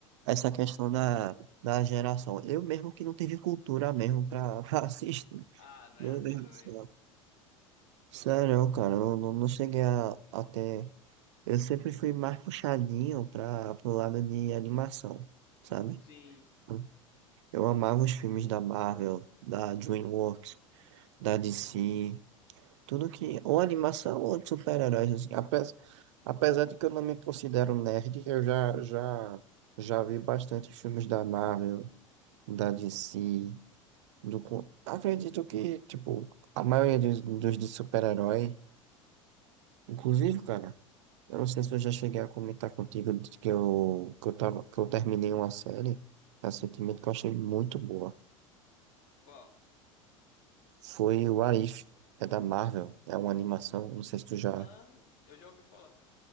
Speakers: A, on the right; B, on the left.
A: essa questão da, da geração. Eu mesmo que não tive cultura mesmo pra, <laughs> pra assistir.
B: Ah, não
A: Meu
B: é assim
A: Deus
B: também.
A: do céu. Sério, cara, eu não, não cheguei a, a ter. Eu sempre fui mais puxadinho para pro lado de animação, sabe?
B: Sim.
A: Então, Eu amava os filmes da Marvel, da DreamWorks, da DC, tudo que ou animação ou de super-heróis assim. Apesar, apesar de que eu não me considero nerd, eu já já já vi bastante filmes da Marvel, da DC, do co- acredito que tipo a maioria dos, dos de super-herói, inclusive, cara. Eu não sei se eu já cheguei a comentar contigo de que eu, que eu tava, que eu terminei uma série recentemente que eu achei muito boa.
B: Qual?
A: Foi o Arif, é da Marvel, é uma animação, não sei se tu já.
B: Ah, eu já ouvi falar.